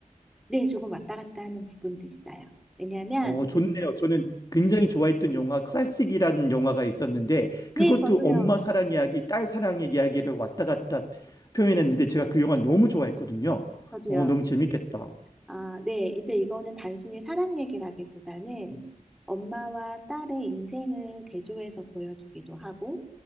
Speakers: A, in the centre; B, on the left.
A: 네, 조금 왔다 갔다 하는 부분도 있어요. 왜냐하면
B: 어, 좋네요. 저는 굉장히 좋아했던 영화 클래식이라는 영화가 있었는데
A: 네,
B: 그것도
A: 저도요.
B: 엄마 사랑 이야기, 딸 사랑 의 이야기를 왔다 갔다 표현했는데 제가 그 영화 너무 좋아했거든요.
A: 저도요.
B: 어, 너무 재밌겠다.
A: 아, 네. 근데 이거는 단순히 사랑 얘기라기보다는 엄마와 딸의 인생을 대조해서 보여주기도 하고,